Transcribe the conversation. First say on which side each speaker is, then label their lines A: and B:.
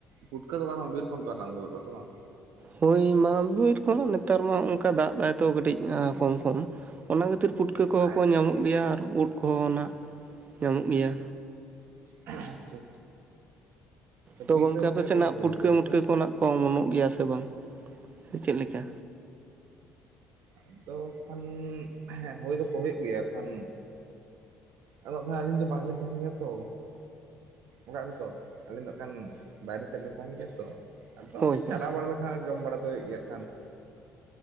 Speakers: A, on the right (about 65°); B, on the right (about 40°).
A: ᱯᱷᱩᱴᱠᱟᱹ ᱫᱚ ᱵᱟᱝ ᱵᱤᱨ ᱠᱷᱚᱱ ᱯᱮ ᱦᱞᱟᱝ ᱟᱜᱩ ᱞᱮᱜ ᱠᱚᱣᱟ ᱛᱚ ᱵᱟᱝ
B: ᱦᱩᱭ ᱢᱟ ᱵᱤᱨ ᱠᱷᱚᱱ ᱱᱮᱛᱟᱨ ᱢᱟ ᱦᱚᱜᱚᱝᱠᱟ ᱫᱟᱜ ᱫᱟᱭ ᱛᱚ ᱠᱟᱹᱴᱤᱡ ᱠᱚᱢ ᱠᱚᱢ ᱚᱱᱟ ᱠᱷᱟᱹᱛᱤᱨ ᱯᱩᱴᱠᱟᱹ ᱠᱚᱦᱚᱸ
A: ᱟᱪᱪᱷᱟ
B: ᱠᱚ ᱧᱟᱢᱚᱜ
A: ᱟᱪᱪᱷᱟ
B: ᱜᱮᱭᱟ ᱟᱨ ᱩᱫ ᱠᱚᱦᱚᱸ ᱚᱱᱟ ᱧᱟᱢᱚᱜ ᱜᱮᱭᱟ
A: ᱟᱪᱪᱷᱟ
B: ᱛᱚ
A: ᱵᱤᱨ
B: ᱜᱚᱝᱠᱮ
A: ᱫᱚ ᱛᱟᱦᱚᱞᱮ
B: ᱟᱯᱮ ᱥᱮᱱ
A: ᱛᱤᱱᱟᱹᱜ
B: ᱦᱸᱟᱜ
A: ᱥᱟᱺᱜᱤᱧ
B: ᱯᱩᱴᱠᱟᱹ
A: ᱛᱮ ᱜᱚᱢᱠᱮ
B: ᱢᱩᱴᱠᱟᱹ ᱠᱚ ᱱᱟᱦᱜ ᱠᱚ ᱚᱢᱚᱱᱼᱚᱜ ᱜᱮᱭᱟ ᱥᱮ ᱵᱟᱝ ᱪᱮᱫ ᱞᱮᱠᱟ
A: ᱟᱫᱚ ᱠᱷᱟᱱ ᱦᱮᱸ ᱦᱳᱭ ᱫᱚᱠᱚ ᱦᱳᱭᱳᱜ ᱜᱮᱭᱟ ᱠᱷᱟᱱ ᱚᱲᱟᱜ ᱨᱮ ᱟᱹᱞᱤᱧ ᱫᱚ ᱵᱟᱝ ᱞᱤᱧ ᱛᱟᱦᱮᱸᱱ ᱜᱮᱭᱟ ᱛᱚ ᱚᱲᱟᱜ ᱨᱮᱫᱚ ᱟᱹᱞᱤᱧ ᱫᱚ ᱦᱟᱸᱜ ᱠᱷᱟᱱ ᱵᱟᱭᱨᱮ ᱥᱮᱫ ᱞᱤᱧ ᱛᱟᱦᱮᱸᱱ ᱜᱮᱭᱟ ᱛᱚ ᱟᱫᱚ ᱦᱟᱸᱜ
B: ᱦᱳᱭ
A: ᱠᱷᱟᱱ
B: ᱦᱳᱭ
A: ᱪᱟᱞᱟᱣ ᱵᱟᱲᱟ ᱞᱮᱠᱷᱟᱱ ᱡᱚᱢ ᱵᱟᱲᱟ ᱫᱚ ᱦᱩᱭᱩᱜ ᱜᱮᱭᱟ ᱦᱟᱸᱜ ᱠᱷᱟᱱ